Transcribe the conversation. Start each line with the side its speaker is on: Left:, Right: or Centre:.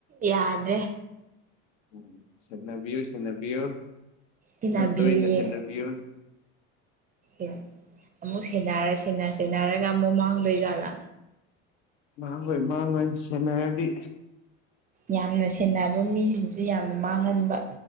Right: ꯌꯥꯗ꯭ꯔꯦ
Left: ꯎꯝ ꯁꯦꯟꯅꯕꯤꯌꯣ ꯁꯦꯟꯅꯕꯤꯌꯣ
Right: ꯁꯦꯟꯅꯕꯤꯌꯨꯌꯦ
Left: ꯈ ꯇꯣꯏꯅ ꯁꯦꯟꯅꯕꯤꯌꯣ <inaudible>
Right: ꯑꯦ ꯑꯃꯨꯛ ꯁꯦꯟꯅꯔ ꯁꯦꯅ ꯁꯦꯟꯅꯔꯒ ꯑꯃꯨꯛ ꯃꯥꯡꯗꯣꯏꯖꯥꯠꯂꯥ
Left: ꯃꯥꯡꯉꯣꯏ ꯃꯥꯡꯉꯣꯏ ꯁꯦꯟꯅꯔꯗꯤ
Right: ꯌꯥꯝꯅ ꯁꯦꯟꯅꯕ ꯃꯤꯖꯤꯡꯖꯨ ꯌꯥꯝꯅ ꯃꯥꯡꯉꯟꯕ